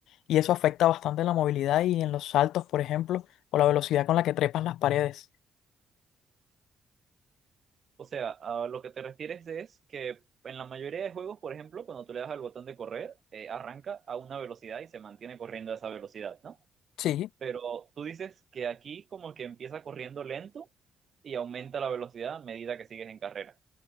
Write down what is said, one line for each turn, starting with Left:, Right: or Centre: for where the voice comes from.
Left: y eso afecta bastante en la movilidad y en los saltos, por ejemplo, o la velocidad con la que trepas las paredes.
Right: O sea, a lo que te refieres es que en la mayoría de juegos, por ejemplo, cuando tú le das al botón de correr, eh, arranca a una velocidad y se mantiene corriendo a esa velocidad, ¿no?
Left: Sí.
Right: Pero tú dices que aquí como que empieza corriendo lento y aumenta la velocidad a medida que sigues en carrera.